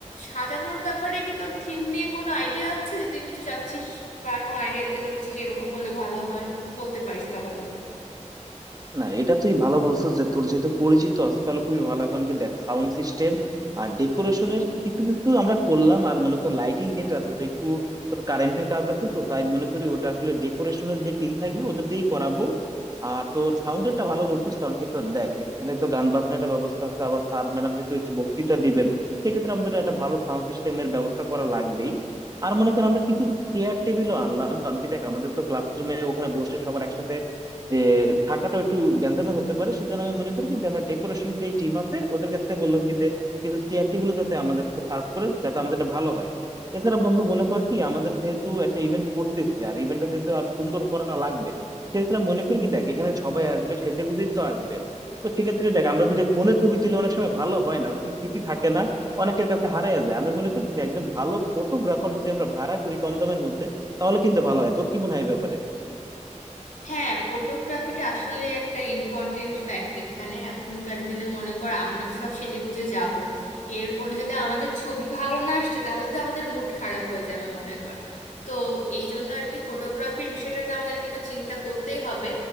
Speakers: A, on the left; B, on the right.
A: সাজানোর ব্যাপারে কি তোর থিম নিয়ে কোনো আইডিয়া আছে যে তুই কিছু চাচ্ছিস বা কোনো আইডিয়া দিতে চাচ্ছিস এরকম হলে ভালো হয় বলতে পারিস তাহলে
B: না এটা তুই ভালো বলছিস যে তোর যেহেতু পরিচিত আছে তাহলে খুবই ভালো এখন কি দেখ সাউন্ড সিস্টেম আর ডেকোরেশনের কিছু কিছু আমরা করলাম আর মনে কর লাইটিং যেটা আছে ওটা একটু তোর কারেন্টের কাজ আছে তো তাই মনে করি ওটা আসলে ডেকোরেশনের যে টিম থাকবে ওদের দিয়েই করাবো আর তোর সাউন্ডেরটা ভালো বলছিস কারণ কি তোর দেখ এখানে তো গান বাজনাটা ব্যবস্থা আছে আবার স্যার ম্যাডাম যেহেতু একটু বক্তৃতা দিবেন সেক্ষেত্রে আমাদের একটা ভালো সাউন্ড সিস্টেমের ব্যবস্থা করা লাগবেই আর মনে কর আমরা কিছু চেয়ার টেবিলও আনলাম কারণ কি দেখ আমাদের তো ক্লাসরুমে ওখানে বসে সবার একসাথে যে থাকাটা একটু গ্যাঞ্জামের হতে পারে সেজন্য আমি মনে করি কি যে আমরা ডেকোরেশন যে টিম আছে ওদের কাছে বললাম কি যে কিছু চেয়ার টেবিল যাতে আমাদেরকে সার্ভ করে যাতে আমাদের এটা ভালো হয় এছাড়া বন্ধু মনে কর কি আমাদের যেহেতু একটা ইভেন্ট করতেছি আর ইভেন্টটা যেহেতু আর সুন্দর করা লাগবে সেক্ষেত্রে আমি মনে করি কি দেখ এখানে সবাই আসবে সেজে গুজেই তো আসবে তো সেক্ষেত্রে দেখ আমরা যদি ফোনে ছবি তুলে অনেক সময় ভালো হয় না ওরকম স্মৃতি থাকে না অনেকের কাছে হারিয়ে যায় আমি মনে করি কি যে একজন ভালো ফটোগ্রাফার যদি আমরা ভাড়া করি কম দামের মধ্যে তাহলে কিন্তু ভালো হয় তোর কি মনে হয় এই ব্যাপারে
A: হ্যাঁ ফটোগ্রাফিটা আসলে একটা ইম্পর্টেন্ট ফ্যাক্ট এখানে এখনকার দিনে মনে কর আমরা তো সব সেজে গুজে যাব এরপরে যদি আমাদের ছবি ভালো না আসছে তাহলে তো আমাদের মুড খারাপ হয়ে যাবে মনে কর তো এই জন্য আর কি ফটোগ্রাফির বিষয়টাতে আমাদেরকে একটু চিন্তা করতেই হবে